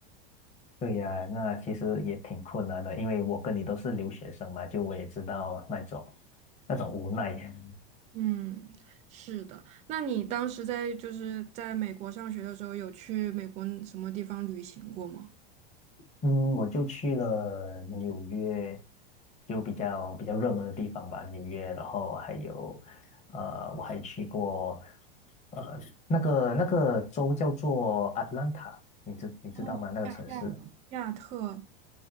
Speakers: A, on the left; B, on the right.
A: 对呀，那其实也挺困难的，因为我跟你都是留学生嘛，就我也知道那种那种无奈。
B: 嗯，是的。那你当时在就是在美国上学的时候，有去美国什么地方旅行过吗？
A: 嗯，我就去了纽约，就比较比较热门的地方吧，纽约，然后还有，呃，我还去过，呃，那个那个州叫做 Atlanta，你知你知道吗？
B: 哦，
A: 那个城市，
B: 亚亚亚特。